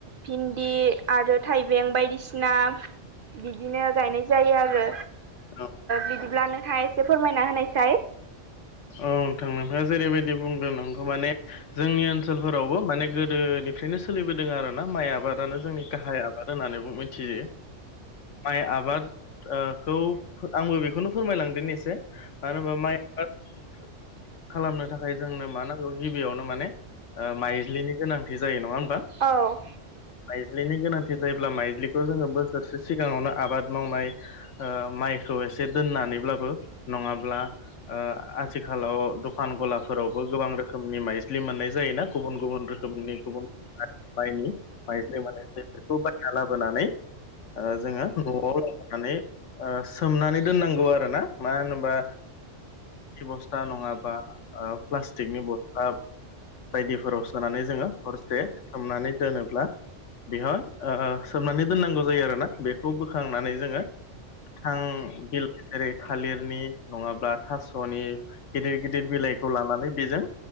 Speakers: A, on the right; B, on the left.
A: भिन्दि आरो थाइबें बायदिसिना बिदिनो गायनाय जायो आरो
B: औ
A: बिदिब्ला नोंथाङा एसे फोरमायना होनायसाय
B: औ नोंथां नोंथाङा जेरैबायदि बुंदों नंगौ माने जोंनि ओनसोलफोराव माने गोदोनिफ्रायनो सोलिबोदों आरोना माइ आबाद आबादानो जोंनि गाहाय आबाद होननानै मिथियो माइ आबादखौ आंबो बेखौनो फोरमायलांदिनि एसे मानो होनबा माइ <unintelligible> खालामनो थाखाय जोंनो मा नांगौ गिबियावनो माने माइज्लिनि गोनांथि जायो नङा होमबा
A: औ
B: माइज्लिनि गोनांथि जायोब्ला माइज्लिखौ जोङो बोसोरसे सिगाङावनो आबाद मावनाय माइखौ एसे दोननानैब्लाबो नङाब्ला आथिखालाव दखान गलाफोरावबो गोबां रोखोमनि माइज्लि मोननाय जायोना गुबुन गुबुन रोखोमनि गुबुन गुबुन माइनि माइज्लि मोननाय जायो बेफोरखौ बायना लाबोनानै जोङो न'आव लानानै सोमनानै दोननांगौ आरोना मानो होनोबा बस्था नङाबा प्लास्टिकनि बस्था बायदिफोराव सोनानै जोङो हर- से सोमनानै दोनोब्ला बेहाय सोमनानै दोननांगौ जायो आरोना बे खौ बोखांनानै जोङो गोथां बिलाइ जेरै थालिरनि नङाब्ला थास' नि गिदिर गिदिर बिलाइखौ लानानै बेजों